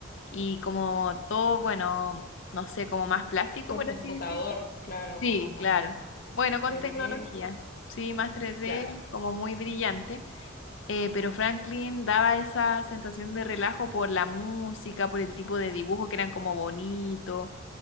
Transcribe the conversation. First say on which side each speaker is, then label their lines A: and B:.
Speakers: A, on the left; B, on the left.
A: y como todo, bueno, no sé, como más plástico,
B: por
A: por
B: computador,
A: así decir.
B: claro,
A: Sí,
B: como más
A: claro. Bueno, con
B: tres
A: tecnología,
B: d
A: sí, más tres d
B: claro.
A: como muy brillante, Eh, pero Franklin daba esa sensación de relajo por la música, por el tipo de dibujo que eran como bonito,